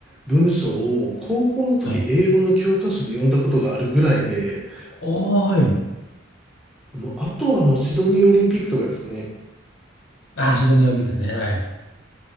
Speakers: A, in the centre; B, on the left.
A: 文章を、高校の時、
B: はい。
A: 英語の教科書で読んだことがあるぐらいで、
B: おーい。
A: もう、あとはあの、シドニーオリンピックとかですかね。
B: あ、シドニーオリンピックですね。はい。